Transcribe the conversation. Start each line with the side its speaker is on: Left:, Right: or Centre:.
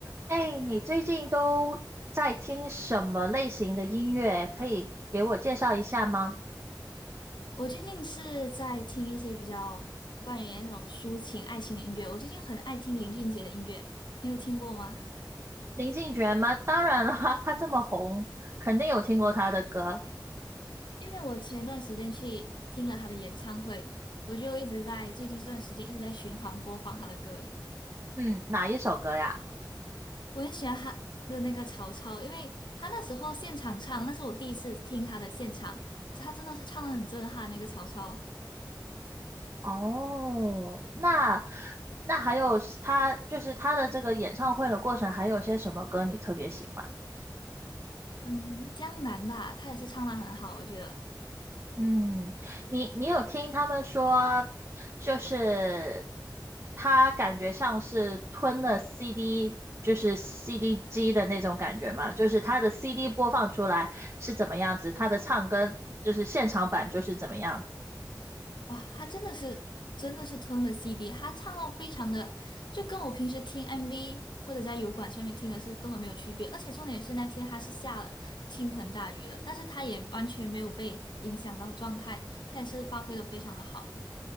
Right: 哎，你最近都在听什么类型的音乐？可以给我介绍一下吗？
Left: 我最近是在听一些比较关于那种抒情爱情的音乐。我最近很爱听林俊杰的音乐，你有听过吗？
Right: 林俊杰吗？当然啦，<laughs> 他这么红，肯定有听过他的歌。
Left: 因为我前一段时间去听了他的演唱会，我就一直在最近这段时间一直在循环播放他的歌。
Right: 嗯，哪一首歌呀？
Left: 我很喜欢他的那个曹操，因为他那时候现场唱，那是我第一次听他的现场，他真的是唱的很震撼。那个曹操，
Right: 哦，那那还有是他就是他的这个演唱会的过程，还有些什么歌你特别喜欢？
Left: 嗯，江南吧，他也是唱的很好，我觉得。
Right: 嗯，你你有听他们说，就是他感觉像是吞了 CD，就是 CD 机的那种感觉嘛，就是他的 CD 播放出来是怎么样子，他的唱歌就是现场版就是怎么样子。
Left: 哇，他真的是真的是吞了 CD，他唱到非常的，就跟我平时听 MV 或者在油管上面听的是根本没有区别。而且重点是那天他是下了倾盆大雨的，但是他也完全没有被影响到状态，他也是发挥的非常的好。